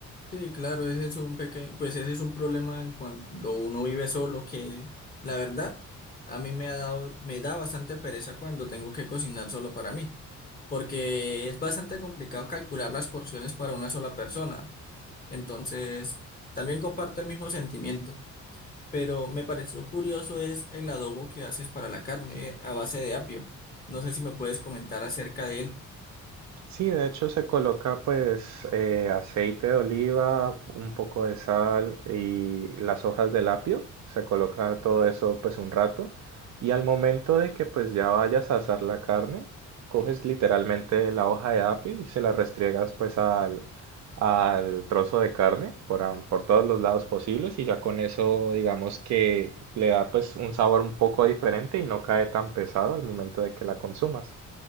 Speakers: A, on the left; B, on the right.
A: Sí, claro, ese es un pequeño, pues ese es un problema en cuando uno vive solo, que la verdad, a mí me ha dado, me da bastante pereza cuando tengo que cocinar solo para mí, porque es bastante complicado calcular las porciones para una sola persona. Entonces, también comparto el mismo sentimiento. pero me pareció curioso es el adobo que haces para la carne eh, a base de apio. No sé si me puedes comentar acerca de él.
B: Sí, de hecho se coloca pues eh, aceite de oliva, un poco de sal y las hojas del apio. Se coloca todo eso pues un rato. Y al momento de que pues ya vayas a asar la carne, coges literalmente la hoja de apio y se la restriegas pues al, al trozo de carne por, am- por todos los lados posibles y ya con eso digamos que le da pues un sabor un poco diferente y no cae tan pesado al momento de que la consumas.